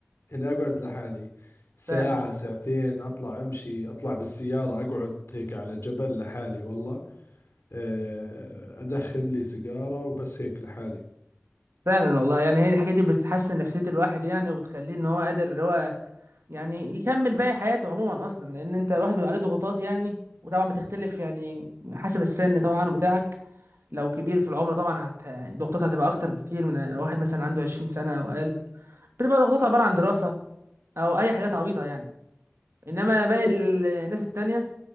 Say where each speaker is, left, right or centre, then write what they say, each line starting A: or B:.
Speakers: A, on the left; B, on the right.
A: اني اقعد لحالي ساعة
B: فعلا
A: ساعتين اطلع امشي اطلع بالسيارة اقعد هيك على جبل لحالي والله آه، ادخن لي سيجارة وبس هيك لحالي
B: فعلا والله يعني هي دي الحاجات دي بتحسن نفسيه الواحد يعني وبتخليه ان هو قادر ان هو يعني يكمل باقي حياته عموما اصلا لان انت الواحد بيبقى عليه ضغوطات يعني وطبعا بتختلف يعني حسب السن طبعا بتاعك لو كبير في العمر طبعا هت... يعني ضغوطاتها هتبقى اكتر بكتير من واحد مثلا عنده 20 سنه او اقل بتبقى ضغوطاتها عباره عن دراسه او اي حاجات عبيطه يعني انما باقي
A: صح
B: ال- الناس التانية